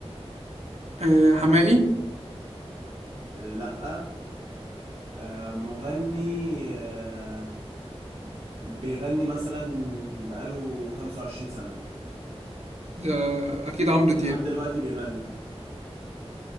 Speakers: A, on the right (about 85°); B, on the right (about 60°).
A: آه حمائي
B: آه، لا آه، مغني آه، بيغني مثلا بقاله 25 سنة
A: ده اكيد عمرو
B: ولحد
A: دياب
B: دلوقتي بيغني